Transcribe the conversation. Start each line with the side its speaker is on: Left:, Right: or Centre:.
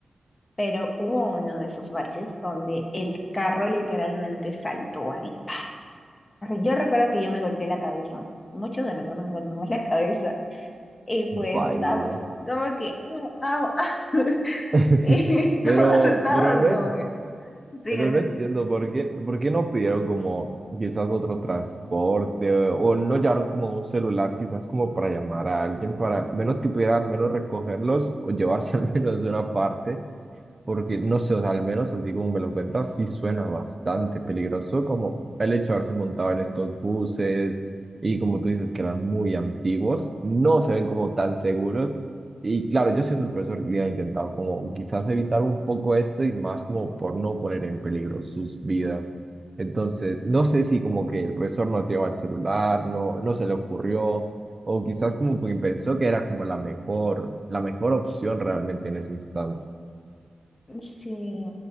Left: pero hubo uno de esos baches donde el carro literalmente saltó así. ¡pa! Yo recuerdo que yo me golpeé la cabeza. Muchos de nosotros nos golpeamos la cabeza Y pues
Right: Vaya.
Left: estábamos como que, "Mm, au, ah", <laughs>
Right: <laughs>
Left: y todos
Right: Pero,
Left: estábamos
Right: pero no
Left: como
Right: es.
Left: que, sí,
Right: Pero no entiendo por qué, por qué no pidieron como quizás otro transporte o no llevaron como un celular quizás como para llamar a alguien para al menos que pudiera al menos recogerlos o llevarse <laughs> al menos una parte, porque no sé, o sea, al menos así como me lo cuentas, sí suena bastante peligroso como el hecho de haberse montado en estos buses y como tú dices que eran muy antiguos, no se ven como tan seguros y claro, yo siendo el profesor hubiera intentado como quizás evitar un poco esto y más como por no poner en peligro sus vidas. Entonces, no sé si como que el profesor no llevaba el celular, no, no se le ocurrió, o quizás como que pensó que era como la mejor, la mejor opción realmente en ese instante.
Left: sí,